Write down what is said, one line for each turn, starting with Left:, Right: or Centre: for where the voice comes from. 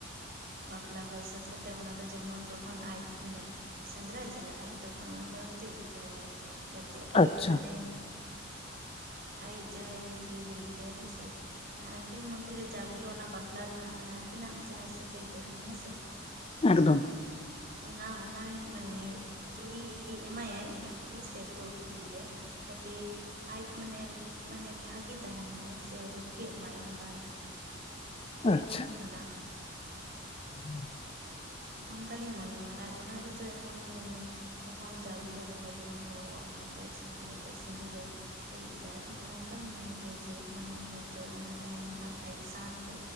Right: ᱵᱟᱯᱞᱟ ᱦᱳᱭ ᱥᱟᱹᱛ ᱠᱟᱛᱮᱫ ᱚᱱᱟ ᱫᱚ ᱡᱮᱢᱚᱱ ᱡᱚᱠᱷᱚᱱ ᱟᱡ ᱢᱟᱱᱮ ᱥᱮᱸᱫᱽᱨᱟᱭ ᱪᱟᱞᱟᱜᱼᱟᱭ ᱛᱚᱠᱷᱚᱱ ᱚᱱᱟ ᱠᱟᱨᱚᱱ ᱛᱮ ᱤᱫᱤ ᱛᱚᱨᱟᱭᱟᱭ ᱡᱟᱛᱮ ᱟᱭᱤᱡ
Left: ᱟᱪᱪᱷᱟ
Right: ᱢᱟᱱᱮ ᱟᱭᱤᱡ ᱡᱟᱦᱟᱸᱭ ᱡᱤᱣᱤ ᱡᱩᱨᱤ ᱛᱟᱭ ᱦᱮᱸᱥᱮ ᱢᱟᱱᱮ ᱟᱹᱠᱤᱱ ᱢᱚᱫᱽᱫᱷᱮ ᱨᱮ ᱡᱟ ᱜᱩᱞᱚ ᱚᱱᱟ ᱵᱟᱯᱞᱟ ᱨᱮᱱᱟᱜ ᱢᱟᱱᱮ ᱟᱹᱠᱤᱱᱟᱜ ᱡᱟᱦᱟ ᱥᱟᱹᱜᱟᱹᱭ ᱛᱟᱹᱠᱤᱱ ᱦᱮᱸ ᱥᱮ᱾
Left: ᱮᱠᱫᱚᱢ᱾
Right: ᱚᱱᱟ ᱚᱱᱟᱭ ᱢᱟᱱᱮ ᱪᱩᱲᱤ ᱤᱫᱤᱭ ᱮᱢᱟᱭᱟᱭ ᱟᱨᱠᱤ ᱥᱮ ᱛᱩᱫ ᱤᱫᱤᱭᱟᱭ᱾ ᱡᱟᱛᱮ ᱟᱡ ᱢᱟᱱᱮ, ᱢᱟᱱᱮ ᱵᱷᱟᱜᱮ ᱛᱟᱦᱮᱱ ᱢᱟᱭ ᱥᱮ ᱨᱩᱠᱷᱤᱭᱟᱹᱜ ᱢᱟᱭ ᱚᱱᱠᱟᱱ ᱵᱤᱯᱚᱫᱽ
Left: ᱟᱪᱪᱷᱟ
Right: ᱠᱷᱚᱱᱟᱜ᱾
Left: <unintelligible>
Right: ᱚᱱᱠᱟ ᱞᱤᱧ ᱢᱚᱱᱮᱭᱟ ᱟᱨ ᱚᱱᱟ ᱨᱮᱫᱚ ᱮᱢᱚᱱ ᱢᱟᱱᱮ ᱛᱚᱠᱷᱚᱱ ᱡᱟᱣ ᱜᱩᱞᱚ ᱵᱚᱸᱜᱟ ᱵᱩᱨᱩ ᱦᱚᱦᱚ ᱠᱟᱛᱮᱜ ᱥᱟ ᱤᱭᱟᱹᱠᱟᱛᱮᱜ ᱥᱤᱸᱫᱩᱨᱮ ᱤᱭᱟᱹ ᱞᱮᱫᱟᱭ ᱢᱟᱱᱮ ᱚᱱᱠᱟ ᱞᱤᱧ ᱢᱚᱱᱮ ᱜᱮᱭᱟ᱾ᱡᱮ ᱢᱟᱱᱮ ᱦᱚᱭ ᱛᱚ ᱚᱱᱟ ᱛᱟᱦᱮᱸ ᱞᱮᱱᱠᱷᱟᱱ ᱟᱡ ᱥᱟᱣ ᱛᱮ